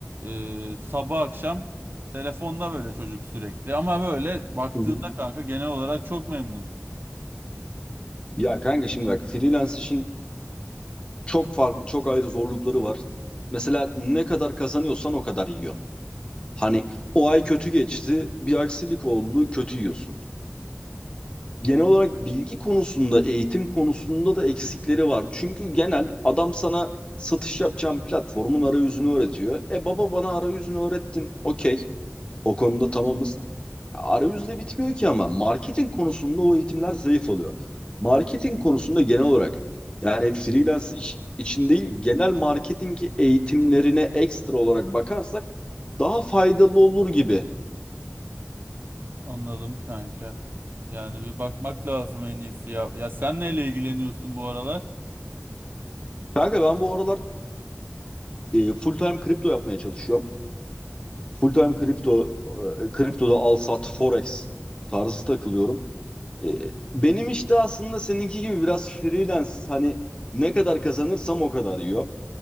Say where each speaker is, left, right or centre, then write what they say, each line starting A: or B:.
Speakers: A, on the right (about 50°); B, on the left (about 25°).
A: e, sabah akşam Telefonda böyle çocuk sürekli ama böyle baktığında
B: Hı hı.
A: kanka genel olarak çok memnun.
B: Ya kanka şimdi bak freelance için çok farklı, çok ayrı zorlukları var. Mesela ne kadar kazanıyorsan o kadar yiyorsun. Hani o ay kötü geçti, bir aksilik oldu, kötü yiyorsun. Genel olarak bilgi konusunda, eğitim konusunda da eksikleri var. Çünkü genel adam sana satış yapacağın platformun arayüzünü öğretiyor. E baba bana arayüzünü öğrettin. Okey, o konuda tamamız. Arayüzle bitmiyor ki ama marketing konusunda o eğitimler zayıf oluyor. Marketing konusunda genel olarak yani freelance iş için değil genel marketing eğitimlerine ekstra olarak bakarsak daha faydalı olur gibi.
A: Anladım kanka. Yani bir bakmak lazım en iyisi ya. Ya sen neyle ilgileniyorsun bu aralar?
B: Kanka ben bu aralar e, full time kripto yapmaya çalışıyorum. Full time kripto, e, kriptoda al sat, forex tarzı takılıyorum. E, benim işte aslında seninki gibi biraz freelance hani ne kadar kazanırsam o kadar yiyorum.